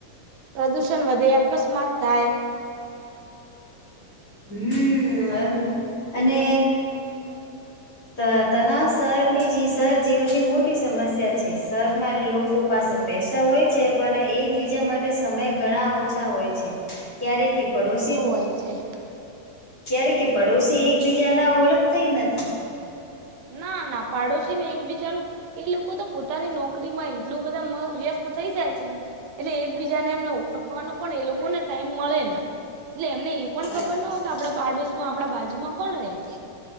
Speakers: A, on the right (about 80°); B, on the left (about 35°).
A: પ્રદુષણ વધે, અકસ્માત થાય.
B: હમ, અને ત તના શહેરની જ સરર જીવનની મોટી સમસ્યા છે, શરમાં લોકો પાસે. પૈસા હોય, પણ માટે સમય ઘણા ઓછા હોય છે. ક્યારે કે પડોશી.
A: હોઈ છે.
B: ક્યારે કે, પડોશી એકબીજા ના ઓળખ થઈ નથી.
A: ના, ના પાડોશી ને એક બીજા નું એ લોકો તો પોતાની નોકરીમાં એટલું બધા વ્યસ્ત થઈ જાય છે. એટલે એકબીજા ને, એમને ઓળખવાનો પણ એ લોકોને ટાઈમ મળેને. એટલે એમને એ પણ
B: સાચી
A: ખબર ના હોય
B: વાત
A: કે, આપડા પાડોશ માં આપડા બાજુમાં કોણ રહે છે.